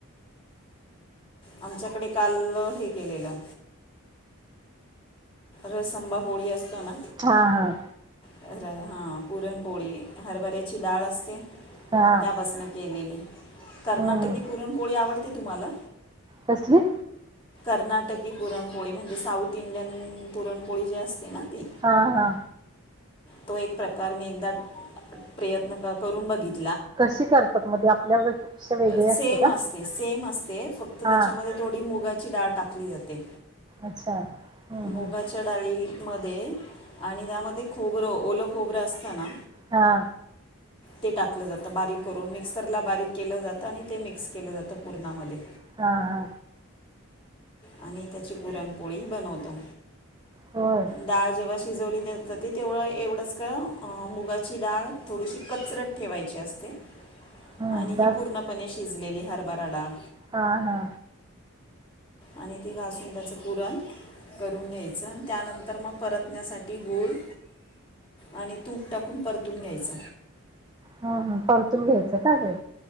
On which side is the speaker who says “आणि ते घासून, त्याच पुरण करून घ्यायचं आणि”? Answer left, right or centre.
Left